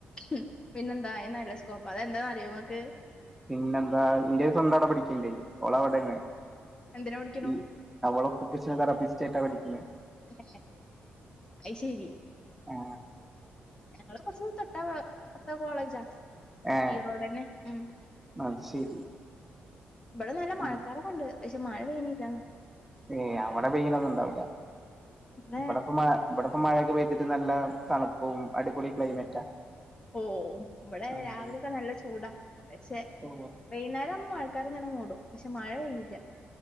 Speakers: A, on the left (about 20°); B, in the centre.
A: ഉം പിന്നെന്താ അയ് നല്ല സ്കോപ്പ അയ് എന്താന്ന് അറിയോ നിങ്ങക്ക്
B: പിന്നെന്താ എൻ്റെ ഒര് സ്വന്തം അവടെ പഠിക്ക്ണ്ട് ഒള് അവടെണ്
A: എന്തിനാ പഠിക്കണു
B: ഈ അവള് <unintelligible> പഠിക്ക്ണെ
A: ഏ അയ് ശെരി
B: ആ
A: ഞങ്ങള് കൊറച്ച് തൊട്ടാ അപ്പാറത്തെ കോളേജാ
B: ഏ
A: ഈ റോഡേന്നെ ഉം
B: അത് ശരി
A: ഇവടെ നല്ല മഴക്കാറോക്കെ
B: ഉം.
A: ഒണ്ട് പശെ മഴ പെയണില്ല
B: യെ അവടെ പെയ്യണോന്നും ഒണ്ടാവില്ല
A: ഇവിടെ
B: ഇവടെ ഇപ്പം മ ഇവടെ ഇപ്പോ മഴയൊക്കെ പെയ്തിട്ട് നല്ല തണുപ്പും അടിപൊളി ക്ലൈമറ്റാ
A: ഓ ഇവിടെ
B: ഉം.
A: രാവിലെയൊക്കെ നല്ല ചൂടാ പക്ഷെ
B: ഓ
A: വൈന്നേരമ്പോ മ ക്കാർ ഇങ്ങനെ മൂടും പക്ഷെ മഴ പെയ്യില്ല